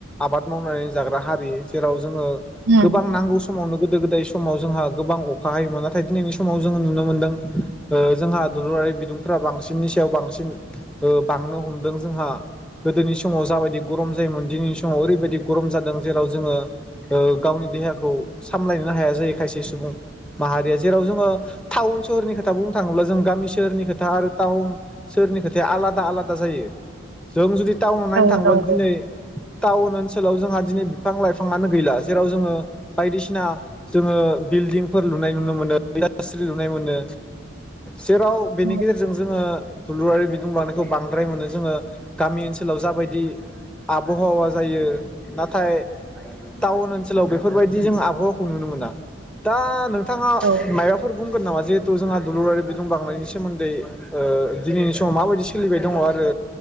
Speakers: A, in the centre; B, on the right.
A: आबाद मावनानै जाग्रा हारि जेराव जोङो
B: उम
A: गोबां नांगौ समावनो गोदो गोदाय स समाव जोंहा गोबां अखा हायोमोन नाथाय दिनैनि समाव जोङो नुनो मोनदों ओ जोंहा दुलुरारि बिदुंफोरा बांसिननि सायाव बांसिन बांनो हमदों जोंहा गोदोनि समाव जा बायदि गरम जायोमोन दिनैनि समाव ओरैबायदि गरम जादों जेराव जोङो ओ गावनि देहाखौ सामलायनोनो हाया जायो खायसे सुबुं माहारिया जेराव जोङो टाउन सोहरनि खोथा बुंनो थाङोब्ला जों गामि सोहोरनि खोथा आरो टाउन सोहोरनि खोथाया आलादा आलादा जायो जों जुदि टाउन नायनो
B: औ
A: थाङोबा
B: नंगौ
A: दिनै टाउन ओनसो ओनसोलाव जोंहा दिनै बिफां लाइफाङानो गैला जेराव जोङो बायदिसिना जोङो बिल्डिंफोर लुनाय नुनो मोनो इडास्ट्रि लुनाय मोनो। जेराव बेनि
B: उम
A: गेजेरजों जोङो दुलुरारि बिदुं लांनायखौ बांद्राय मोनो जोङो गामि ओनसोलाव जाबायदि आबहावा जायो। नाथाय टाउन ओनसोलाव बेफोरबायदि जों आबहावाखौ नुनो मोना दा नों थाङा
B: औ
A: मायबाफोर बुंगोन नामा जे थु जोंहा दुलुरारि बिदुं बांनायनि सोमोन्दै ओ दिनैनि समाव माबायदि सोलिबाय दङ आरो